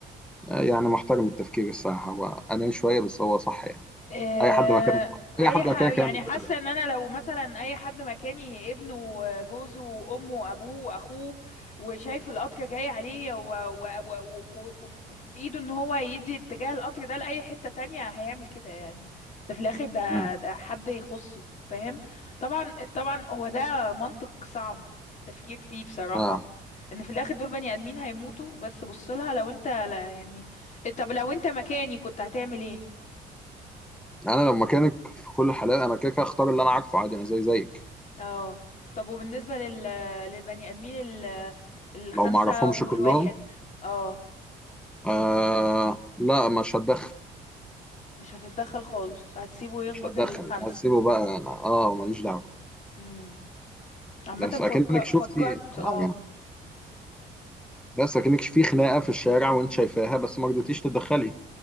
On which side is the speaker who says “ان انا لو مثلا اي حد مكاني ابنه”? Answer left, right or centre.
Left